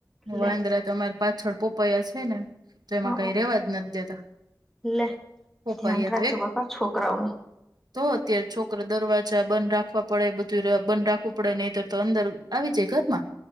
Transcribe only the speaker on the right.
વાંદરા તમારી પાછળ પોપાયા છે ને? તો એમાં
કઈ રેવા જ નથી દેતા
<unintelligible>
તો એક.
તો અત્યારે છોકરા દરવાજા બંધ રાખવા પડે બધું બંધ રાખવું પડે નહી તો તો અંદર આવી જાય ઘરમાં.